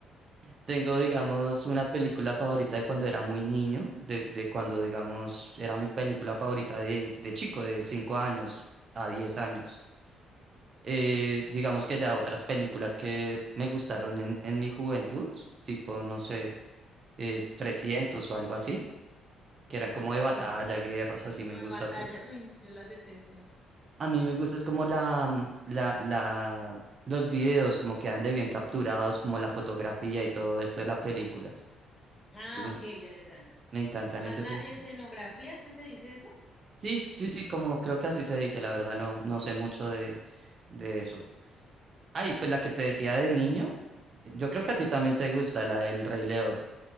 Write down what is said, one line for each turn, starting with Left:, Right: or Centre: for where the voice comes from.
Right: tengo, digamos, una película favorita de cuando era muy niño, de, de cuando, digamos, era mi película favorita de, de chico, de 5 años a 10 años. Eh, digamos que ya otras películas que me gustaron en, en mi juventud, tipo, no sé, eh, 300 o algo así, que eran como de batalla,
Left: Sí.
Right: guerras, así
Left: Como
Right: me gusta,
Left: de batallas.
Right: pues.
Left: Uy, no, yo las detesto.
Right: A mí me gusta es como la, mm, la, la, los videos como quedan de bien capturados, como la fotografía y todo esto de las películas.
Left: Ah,
Right: Entonces,
Left: ok,
Right: me,
Left: ya, ya, ya.
Right: me encanta
Left: Más
Right: en ese
Left: la
Right: sentido.
Left: escenografía, ¿es que se dice eso?
Right: Sí, sí, sí, como creo que así se dice, la verdad no, no sé mucho de, de eso. Ay, pues la que te decía de niño, yo creo que a ti también te gusta, la del Rey León.